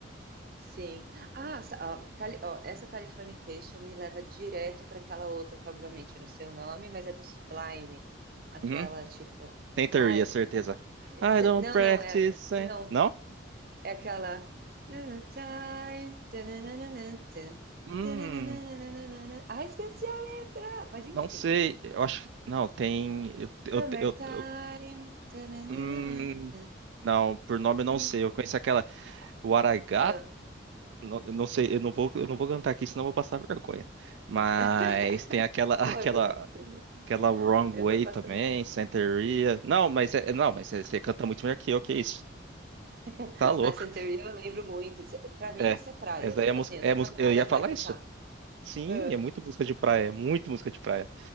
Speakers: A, on the right (about 50°); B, on the right (about 70°).
A: Sim. Ah, sa- ó, Cali- ó, essa Californication me leva direto para aquela outra que, obviamente, eu não sei o nome, mas é do Sublime. Aquela
B: Uhum.
A: tipo.
B: Tem teoria,
A: Ai.
B: certeza. I
A: se-
B: don't
A: Não,
B: practice.
A: não, é. é-
B: eh.
A: Não.
B: Não?
A: É aquela. time tananana, tan,
B: Hum,
A: tananana. Ai, esqueci a letra! Mas enfim.
B: não sei. Eu acho. Não, tem. Eu, eu,
A: Summertime.
B: eu,
A: Tananana,
B: Hum,
A: tan.
B: não, por nome eu
A: Be-
B: não sei. Eu conheço aquela o Aragá,
A: Ah.
B: não, eu não sei, eu não vou, eu não vou cantar aqui, senão eu vou passar vergonha. Mas
A: <laughs>
B: tem aquela <laughs> aquela
A: Pô, eu tô cantando aqui.
B: aquela Wrong
A: Eu
B: Way
A: tô passando
B: também,
A: vergonha.
B: Santeria. Não, mas é, não, mas você você canta muito melhor que eu, que isso?
A: <laughs>
B: Tá louco.
A: A Santeria eu lembro muito. Isso- é, Pra mim,
B: É.
A: isso é praia.
B: Essa daí
A: Tipo
B: é música,
A: assim, eu
B: é
A: tô
B: música,
A: na praia,
B: eu ia falar
A: vai tocar.
B: isso. Sim,
A: Ah,
B: é muito música de praia, é muito música de praia.